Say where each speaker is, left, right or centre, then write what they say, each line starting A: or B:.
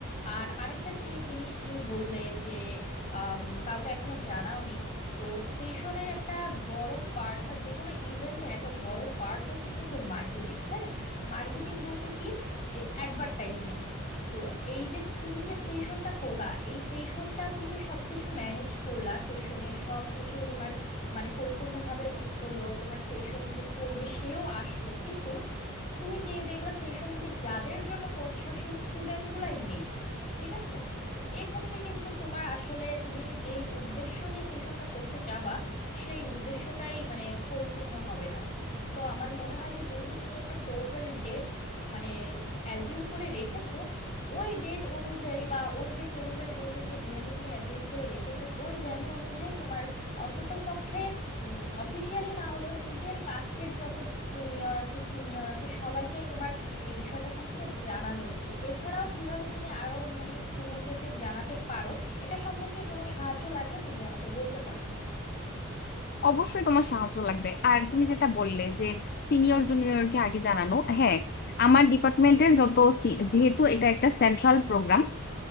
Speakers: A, on the left; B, on the left.
A: আর আরেকটা যে জিনিস তুমি বললে যে আম, কাউকে এখনো জানাওনি তো সেশনের একটা বড় পার্ট বা যে কোনো ইভেন্টের একটা বড় পার্ট হচ্ছে কিন্তু মার্কেটিং হ্যাঁ মার্কেটিং বলতে কি যে অ্যাডভার্টাইজমেন্ট তো এই যে তুমি যে সেশনটা করবা এই সেশনটা তুমি সবকিছু ম্যানেজ করলা সেশনের সবকিছু তোমার মানে পরিপূর্ণভাবে হলো তোমার সেশন যে করবে সেও আসলো কিন্তু তুমি যে দেখলা সেশন তুমি যাদের জন্য করছো সেই স্টুডেন্ট গুলাই নেই ঠিক আছে তো এক্ষেত্রে কিন্তু তোমার আসলে তুমি যে উদ্দেশ্য নিয়ে সেশনটা করতে যাবা সেই উদ্দেশ্যটাই মানে পরিপূর্ণ হবে না সো আমার মনে হয় যে যেহেতু তুমি একটা প্রবেবল ডেট মানে অ্যাজিউম করে রেখেছো ওই ডেট অনুযায়ী বা ওই যে প্রবেবল ডেটে যে ভেন্যু তুমি অ্যাজিউম করে রেখেছো ওই ভেন্যু অনুযায়ী তোমার অন্ততপক্ষে অফিসিয়ালি না হলেও নিজের কাছের যত জুনিয়র আছে সিনিয়র আছে সবাইকে তোমার এই বিষয়টা সম্পর্কে জানানো উচিত এছাড়াও কিভাবে তুমি আরো অন্যান্য স্টুডেন্টদের যে জানাতে পারো এটা সম্পর্কে কোনো সাহায্য লাগলে তুমি আমাকে বলতে পারো
B: অবশ্যই তোমার সাহায্য লাগবে আর তুমি যেটা বললে যে সিনিয়র জুনিয়রকে আগে জানানো হ্যাঁ আমার ডিপার্টমেন্টের যত সি- যেহেতু এটা একটা সেন্ট্রাল প্রোগ্রাম